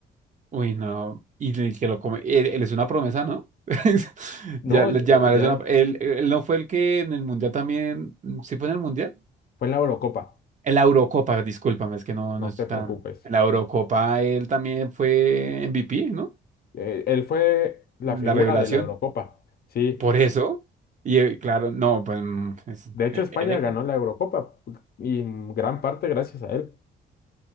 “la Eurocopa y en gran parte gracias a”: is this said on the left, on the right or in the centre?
Left